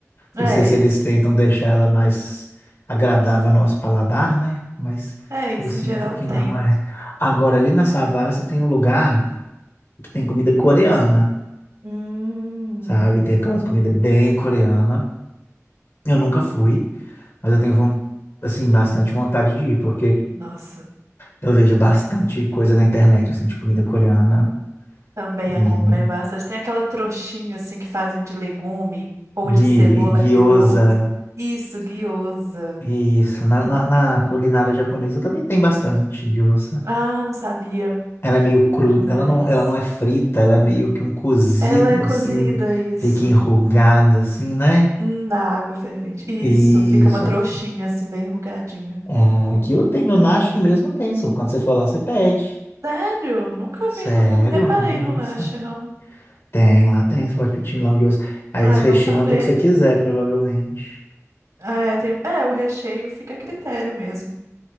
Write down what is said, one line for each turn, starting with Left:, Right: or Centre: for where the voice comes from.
Right: É.
Left: Não sei se eles tentam deixar ela mais agradável ao nosso paladar, né? Mas
Right: É, isso
Left: eu sinto
Right: em geral
Left: que
Right: tem.
Left: não é. Agora ali na Savassi tem um lugar que tem comida coreana.
Right: Hum,
Left: sabe? Tem aquelas comidas bem coreana. Eu nunca fui, mas eu tenho, von- assim, bastante vontade de ir, porque
Right: nossa,
Left: eu vejo bastante coisa na internet, assim, de comida coreana
Right: também
Left: e
Right: acompanho bastante. Tem aquela trouxinha assim que fazem de legume ou de
Left: gui,
Right: cebola
Left: gyoza.
Right: agridoce. Isso, guiosa.
Left: Isso, na, na, na culinária japonesa também tem bastante gyoza.
Right: Ah, não sabia.
Left: Ela é meio cru,
Right: Demais.
Left: ela não, ela não é frita, ela é meio que um cozido,
Right: Ela é cozida,
Left: assim,
Right: isso.
Left: fica enrugada, assim, né?
Right: Hum, Na água fervente. Isso,
Left: Isso.
Right: fica uma trouxinha assim, bem enrugadinha.
Left: É, aquilo tem no Nashi mesmo, tem. só Quando você for lá, você pede.
Right: Sério? Nunca
Left: Sério?
Right: vi, não, não reparei
Left: Minha
Right: no
Left: roça?
Right: Nash, não.
Left: Tem, lá tem. Você pode pedir long yours. Aí
Right: Ai,
Left: eles recheiam
Right: bom saber.
Left: do que você quiser, provavelmente.
Right: Ah, É, tem- é, o recheio fica a critério mesmo.